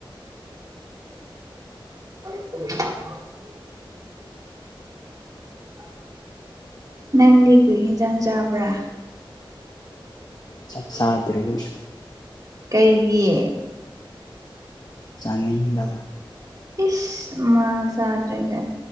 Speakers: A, on the right (about 40°); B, on the left (about 45°).
A: <inaudible> ꯅꯪꯗꯤ ꯀꯔꯤ ꯍꯤꯟꯖꯥꯡ ꯆꯥꯕ꯭ꯔꯥ
B: ꯆꯥꯛ ꯆꯥꯗ꯭ꯔꯤ ꯑꯩꯁꯨ
A: ꯀꯩꯒꯤ
B: ꯆꯥꯅꯤꯡꯗꯕ
A: ꯏꯁ ꯃꯥ ꯆꯥꯗ꯭ꯔꯒ